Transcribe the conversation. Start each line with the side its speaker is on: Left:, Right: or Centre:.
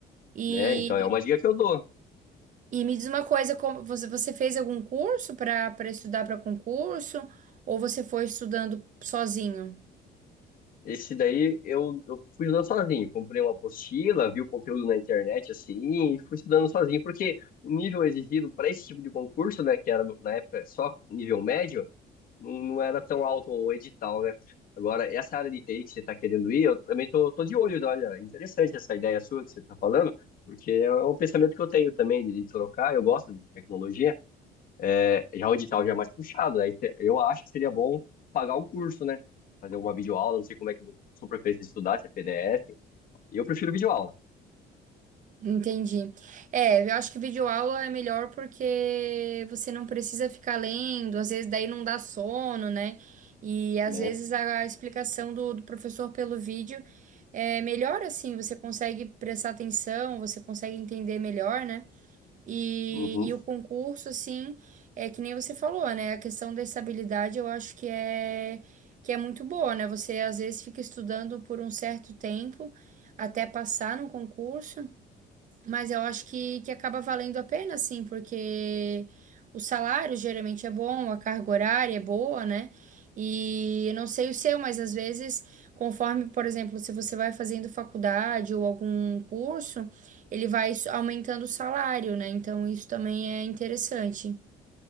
Right: E,
Left: né? Então é uma dica que eu dou.
Right: e me diz uma coisa, como- você, você fez algum curso para para estudar para concurso ou você foi estudando sozinho?
Left: Esse daí eu, eu fui estudando sozinho. Comprei uma apostila, vi o conteúdo na internet assim, e fui estudando sozinho. Porque o nível exigido para esse tipo de concurso, né, que era no- na época só nível médio, não, não era tão alto o edital, né? Agora, essa área de TI que você está querendo ir, eu também tô, tô de olho, né? olha, é interessante essa ideia sua que você está falando, porque é é um pensamento que eu tenho também de, de trocar, eu gosto de tecnologia, é, já o edital já é mais puxado, aí te- eu acho que seria bom pagar um curso, né? Fazer uma videoaula, não sei como é que a sua preferência de estudar, se é PDF, eu prefiro videoaula,
Right: Entendi. É, eu acho que videoaula é melhor porque você não precisa ficar lendo, às vezes daí não dá sono, né? E às
Left: né?
Right: vezes a explicação do, do professor pelo vídeo é melhor assim, você consegue prestar atenção, você consegue entender melhor, né? E,
Left: Uhum.
Right: e o concurso, assim, é que nem você falou, né? A questão da estabilidade eu acho que é, que é muito boa, né? Você às vezes fica estudando por um certo tempo até passar no concurso. Mas eu acho que, que acaba valendo a pena, sim, porque o salário geralmente é bom, a carga horária é boa, né? E eu não sei o seu, mas às vezes, conforme, por exemplo, se você vai fazendo faculdade ou algum curso, ele vai s- aumentando o salário, né? Então isso também é interessante.